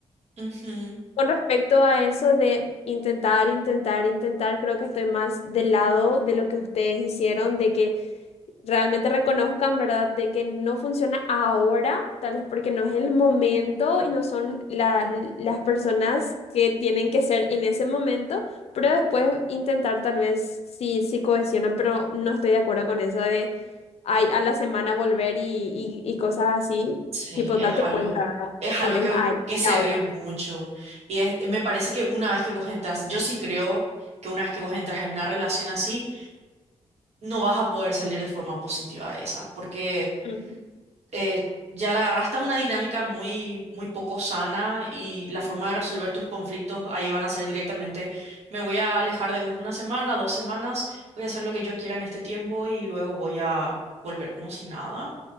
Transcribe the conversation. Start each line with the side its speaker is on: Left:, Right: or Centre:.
Right: ujú.
Left: Con respecto a eso de intentar, intentar, intentar, creo que estoy más del lado de lo que ustedes hicieron, de que realmente reconozcan, ¿verdad? De que no funciona ahora, tal vez porque no es el momento y no son la- las personas que tienen que ser en ese momento, pero después intentar tal vez sí, sí cohesionan, pero no estoy de acuerdo con eso de ay, a la semana volver y, y, y cosas así,
Right: Sí,
Left: tipo,
Right: es
Left: date
Right: algo,
Left: cuenta, ¿verdad?
Right: es
Left: No,
Right: algo
Left: es
Right: que,
Left: ahí
Right: que se
Left: y ahora.
Right: ve mucho. Y es- me parece que una vez que vos entras, yo sí creo que una vez que vos entras en una relación así, no vas a poder salir de forma positiva de esa, porque
Left: Ujú.
Right: eh, ya la agarraste a una dinámica muy, muy poco sana y la forma de resolver tus conflictos ahí van a ser directamente, me voy a alejar de vos una semana, dos semanas, voy a hacer lo que yo quiera en este tiempo y luego voy a volver como si nada